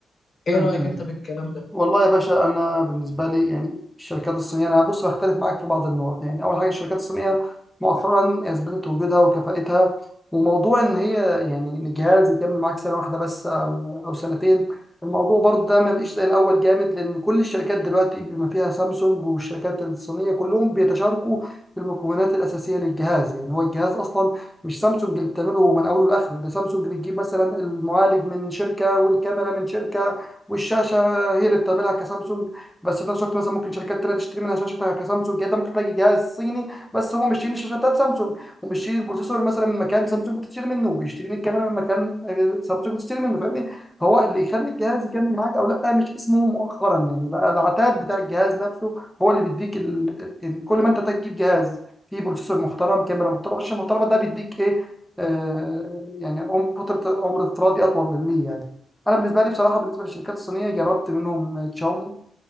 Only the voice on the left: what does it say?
ايه
رأيك انت في الكلام ده